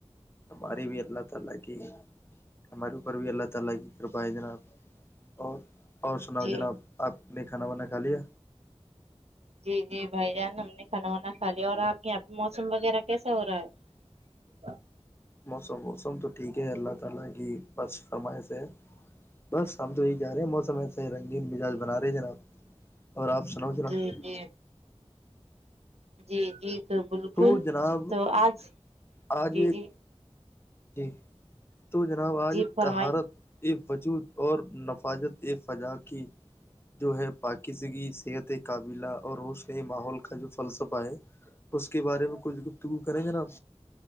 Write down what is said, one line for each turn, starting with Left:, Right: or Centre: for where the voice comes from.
Left: ہماری بھی اللہ تعالی کی ہمارے اوپر بھی اللہ تعالی کی کرپا ہے جناب اور اور سناؤ
Right: جی
Left: جناب آپ نے کھانا وانا کھا لیا
Right: جی جی بھائی جان ہم نے کھانا وانا کھا لیا اور آپ کے یہاں پہ موسم وغیرہ کیسا ہو رہا ہے <inaudible>
Left: موسم موسم تو ٹھیک ہے اللہ تعالی کی بس فرمائش ہے بس ہم تو یہی چاہ رہے ہیں موسم ایسا ہی رنگین مزاج بنا رہے ہیں جناب اور آپ سناؤ جناب
Right: جی جی جی جی تو بالکل
Left: تو جناب
Right: تو آج
Left: آج
Right: جی
Left: ایک
Right: جی
Left: جی تو جناب آج
Right: جی فرمائیے
Left: طہارت وجود اور نفاجت فضا کی جو ہے پاکیزگی صحت قابلہ اور روشن ماحول کا جو فلسفہ ہے اس کے بارے میں کچھ گفتگو کریں گے جناب